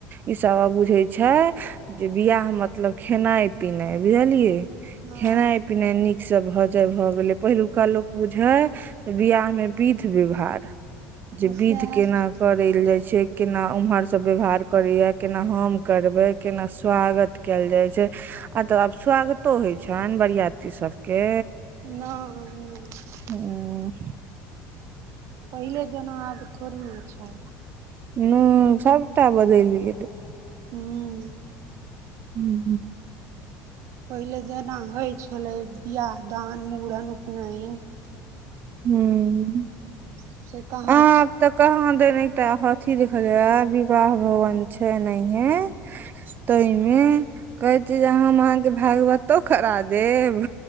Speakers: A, on the right; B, on the right.
A: ई सब बुझे छै जे बियाह मतलब खेनाइ पिनाइ बुझलियै
B: हँ
A: खेनाइ पिनाइ नीक सब भऽ जाय भऽ गेलै पहिलुका लोक बुझे बियाह में विध व्यवहार जे
B: सएह
A: विध केना
B: छै
A: करल जाइ छै केना उम्हर सब व्यवहार करे या केना हम करबे केना स्वागत केल जाय छै आ तऽ आब स्वागतो होइ छनि बरियाती सबके
B: नइ नइ
A: हूँ
B: पहिले जेना आब थोड़ी छय
A: ह सबटा बदल गेल तऽ
B: हँ
A: हूँ हूँ
B: पहिले जेना होइ छलै बियाह दान मूड़न उपनयन
A: हूँ
B: से कहाँ
A: आब
B: छी
A: तऽ कहाँ देने एकटा अथी देखल विवाह भवन छै नहिहे तहि में कहैत छी जे हम अहाँके भागवतो करा देब